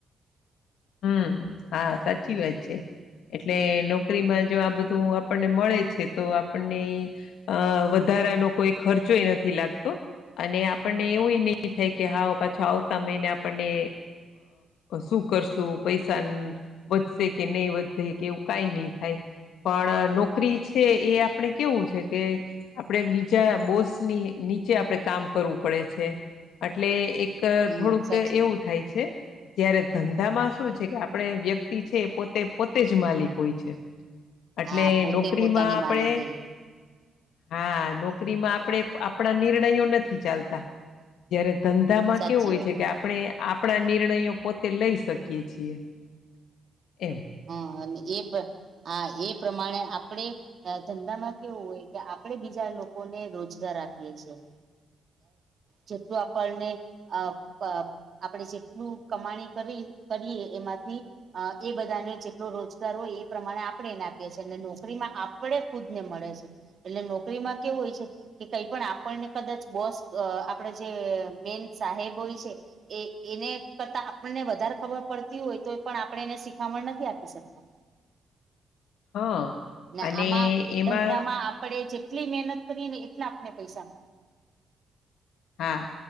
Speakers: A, on the left; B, on the right.
A: હમ્મ, હા સાચી વાત છે એટલે નોકરીમાં જો આ બધું આપણને મળે છે, તો આપણને અ વધારાનો કોઈ ખર્ચોય નથી લાગતો, અને આપણને એવુંય નહી થાય કે હા પાછો આવતા મહિને આપણને શું કરશું. શું પૈસા વધશે કે નહી વધે કે એવું કઈ નહી થાય, પણ નોકરી છે એ આપણે કેવું છે કે, આપણેે બીજા બોસની નીચે આપણે કામ કરવું પડે છે, એટલે એક <unintelligible>
B: હમ
A: થોડુંક
B: સાચી
A: એવું
B: વાત
A: થાય છે, જયારે ધંધામાં શું છે કે આપણે વ્યક્તિ છે એ પોતે પોતે જ માલિક હોય છે. એટલે
B: હા પોતે
A: નોકરીમાં
B: પોતાની
A: આપણેે,
B: માલિક હોય
A: હ, નોકરીમાં આપણે આપણા નિર્ણયો નથી ચાલતા જયારે ધંધામાં
B: સાચી
A: કેવું હોય
B: વાત
A: છે કે, આપણે આપણા નિર્ણયો પોતે લઈ શકીએ. <unintelligible> એમ
B: હમ્મ અને એ હા એ પ્રમાણે આપણેે ધંધા માં કેવું હોય કે આપડે બીજા લોકોને રોજગાર આપીએ છેએ, જેટલું આપણને આ <unintelligible> આપણેે જેટલું કમાણી કરી કરીએ એમાંથી એક બધાને જેટલો રોજગાર હોય એ પ્રમાણે આપણે એને આપીએ છીએ અને નોકરીમાં આપણે ખુદ ને મળે છે. એટલે નોકરીમાં કેવું હોય છે, કે કઈ પણ આપણને કદાચ બોસ આપડે જે મેન સાહેબ હોય છે. એ એને કરતા આપણને વધારે ખબર પડતી હોય તો પણ આપણે એને સીખામણ નથી આપી શકતા.
A: હા
B: આમાં
A: અને એમાં
B: ધંધામાં આપડે જેટલી મહેનત કરીએ એટલા આપને પૈસા
A: હા,